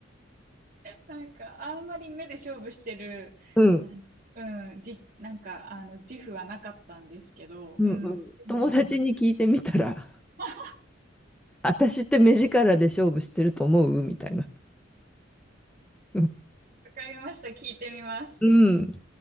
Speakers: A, on the right; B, in the centre.
A: なんか、あんまり目で勝負してる、
B: うん。
A: なん、うん、じ、なんか、あの、自負はなかったんですけど、
B: うんうん。
A: うん、でもなんか、
B: 友達に聞いてみたら、
A: <laughs>
B: <laughs> 私って目力で勝負してると思うみたいな。う
A: わかりました。聞いてみます。
B: ん。